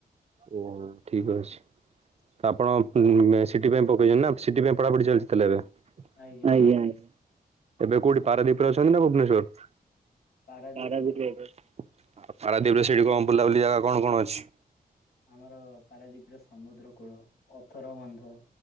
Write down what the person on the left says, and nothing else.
ଆଜ୍ଞା ଆଜ୍ଞା
ପାରାଦୀପରେ
ଏବେ ଅଛୁ।
ଆମର ପାରାଦ୍ୱୀପ୍ ର ସମୁଦ୍ର କୂଳ, ଅଥର ବନ୍ଧ,